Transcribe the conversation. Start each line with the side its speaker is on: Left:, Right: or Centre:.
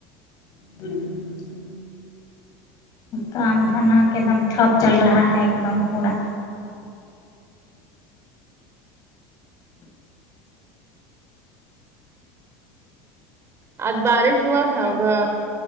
Left: ہم کام دھندہ کے ایک دم ٹپ چل رہا ہے ایک دم پورا
Right: آج بارش بہت تھا ادھر